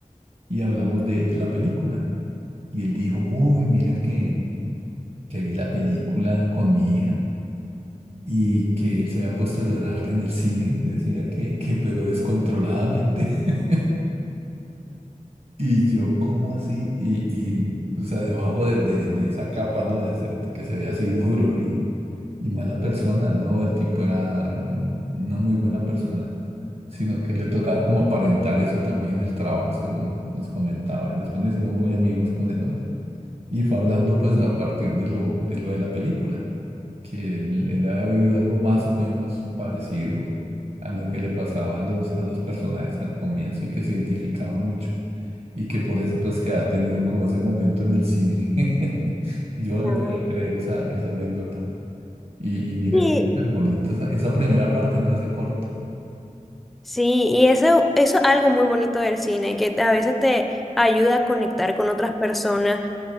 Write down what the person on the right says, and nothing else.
y hablamos de, de la película. Y él dijo, uy, mira que, que vi la película con mi hija y que él se había puesto a llorar en el cine. Decía que, que pero descontroladamente. <laughs> Y yo, ¿cómo así? Y, y o sea, debajo de, de, de esa capa, ¿no? de ese- que se ve así duro y Y mala persona, no, el tipo era, era un- una muy buena persona, sino que le tocaba como aparentar eso también en el trabajo, según nos comentaba. Y después nos hicimos muy amigos con el hombre. Y fue hablando pues a partir de lo de, lo de la película, que él, él había vivido algo más o menos parecido a lo que le pasaba a los, a los personajes al comienzo y que se identificaba mucho. Y que por eso pues que ha tenido como ese momento en el cine. <laughs> Y yo no
le podía creer esa, esa anécdota. Y, y mira
que es súper bonito esa, esa primera parte, ¿no? Ese corto.